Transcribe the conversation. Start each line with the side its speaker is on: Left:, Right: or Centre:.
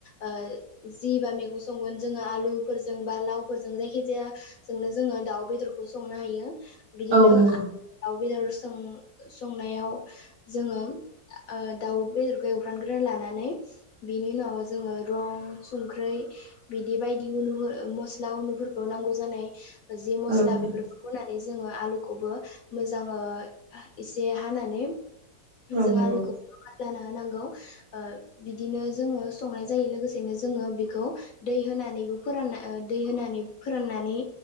Left: ओ जि बा मैगं संगोन जोङो आलुफोरजों बा लावफोरजों जायखि जायाजोंनो जोङो दाउ बेदरखौ संनो हायो। बिदिनो
Right: औ नंगौ
Left: दाउ बेदर सों संनायाव जोङो ओ दाउ बेदरखौ एवफ्रानग्रा लानानै बेनि उनाव जोङो रं संख्रै बिदि बायदि उनु मस्ला उनुफोरखौ नांगौ जानाय। जि मस्ला
Right: औ नंगौ
Left: बेफोरखौ होनानै। जोङो आलुखौबो। मोजाङो एसे हानानै। <unintelligible>
Right: औ
Left: जों
Right: नंगौ
Left: आलुखो लाना हानांगौ आ बिदिनो जोङो संनाय जायो लोगोसेनो जोङो बेखौ दै होनानैबो फोरान ओ दै होनानै फोराननानै